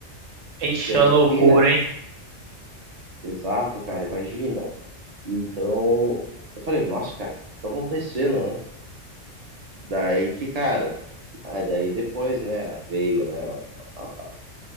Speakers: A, on the right (about 75°); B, on the right (about 40°).
A: Ixi,
B: Daí
A: é
B: Eu
A: uma
B: já
A: loucura,
B: fiquei, né?
A: hein?
B: Exato, cara, imagina. Então, eu falei, nossa, cara, o que tá acontecendo, né? Daí que, cara, aí daí depois, né, veio, né, a,